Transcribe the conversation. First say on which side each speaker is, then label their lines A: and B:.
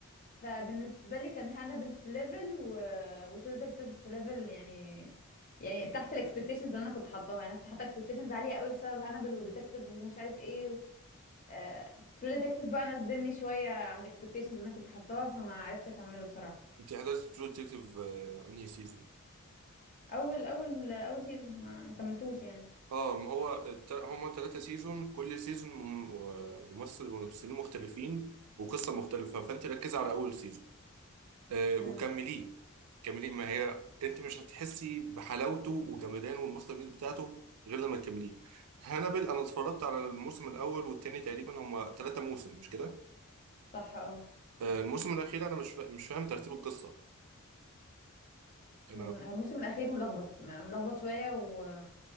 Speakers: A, on the left; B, on the right.
A: فبالنسبة لي كان هانبل في ليفل و... وترو ديتكتيف في ليفل يعني يعني تحت الاكسبكتيشنز اللي انا كنت حطاها يعني انا كنت حاطه اكسبكتيشنز عاليه قوي بسبب هانبل وديتكتيف ومش عارف ايه و... آه... ترو ديتكتيف بقى نزلني شويه عن الاكسبكتيشنز اللي انا كنت حطاها فما عرفتش اكمله بصراحه
B: انت حضرت ترو ديتكتيف انهي سيزون
A: اول اول اول سيزون ما ما كملتوش يعني
B: اه ما هو الت- هما ثلاثة سيزون كل سيزون ممثل وممثلين مختلفين وقصة مختلفة فانت ركز على اول سيزون آه،
A: امم
B: وكمليه كمليه ما هي انت مش هتحسي بحلاوته وجمدانه والماستر بيس بتاعته غير لما تكمليه هانبل انا اتفرجت على الموسم الاول والتاني تقريبا هما ثلاثة موسم مش كده
A: صح اه
B: آه، الموسم الاخير انا مش فا... مش فاهم ترتيب القصه انا
A: أمم، هو الموسم الاخير ملخبط م- ملخبط شويه و...